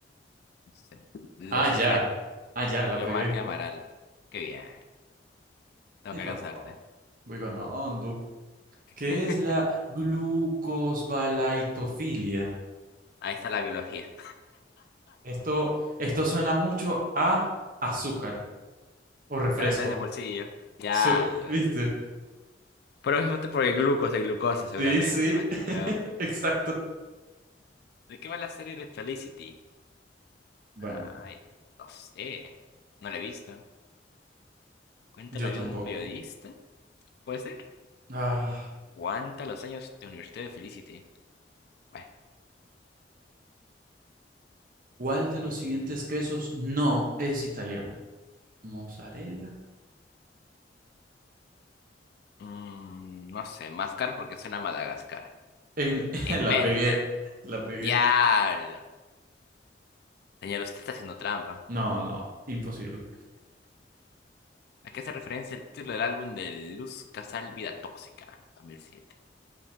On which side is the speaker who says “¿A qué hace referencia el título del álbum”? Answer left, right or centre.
Left